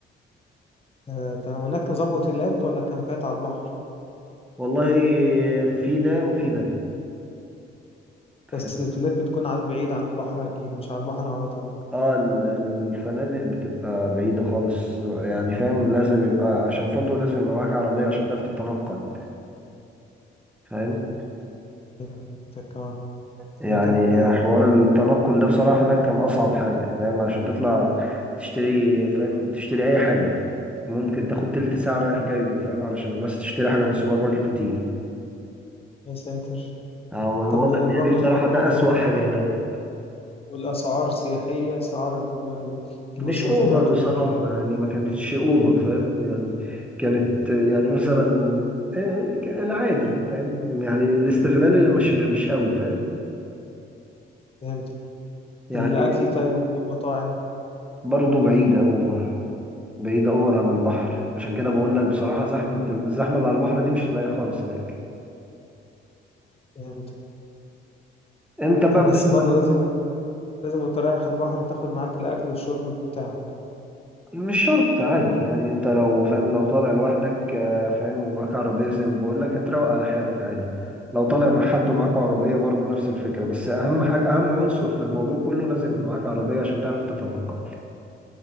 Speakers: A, on the left (about 30°); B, in the centre.
A: آه تمام هناك نظام اوتيلات ولا كامبات على البحر
B: والله في ده وفي ده
A: بس
B: فاهم
A: الاوتيلات بتكون على- بعيدة عن البحر أكيد مش على البحر على طول
B: اه ال- الفنادق بتبقى بعيدة خالص يعني فاهم لازم يبقى عشان فندق لازم يبقى معاك عربية عشان تعرف تتنقل فاهم
A: فهمتك، آه.
B: يعني
A: لكن
B: حوار التنقل ده بصراحة هناك كان أصعب حاجة فاهم عشان تطلع تشتري فاهم تشتري أي حاجة ممكن تاخد تلت ساعة رايح جاي فاهم علشان بس تشتري حاجة من السوبر ماركت وتيجي
A: يا ساتر
B: اه انا
A: طب
B: بقول لك
A: برضو
B: هي دي بصراحة
A: ال-
B: ده أسوأ حاجة هناك
A: والأسعار سياحية أسعار الم- المستلزمات
B: مش اوفر بصراحة
A: والمنتجات
B: يعني ما كانتش اوفر فاهم يعني كانت يعني مثلا آه، ك- العادي فاهم يعني الاستغلال اللي مش مش قوي فاهم
A: فهمت
B: يعني
A: الأكل طيب والمطاعم
B: برضه بعيدة اوفر بعيدة اوفر عن البحر عشان كده بقول لك بصراحة زحمة الزحمة اللي على البحر دي مش هتلاقيها خالص هناك
A: فهمت
B: انت بقى
A: بس
B: مثلا
A: برضو لازم وانت لازم وانت رايح البحر تاخد معاك الأكل والشرب بتاعك
B: مش شرط عادي يعني انت لو فاهم لو طالع لوحدك آه، فاهم ومعاك عربية زي ما بقول لك هتروق على حالك عادي لو طالع مع حد ومعاك عربية برضه نفس الفكرة بس أهم حاجة أهم عنصر في الموضوع كله لازم يبقى معاك عربية عشان تعرف تتنقل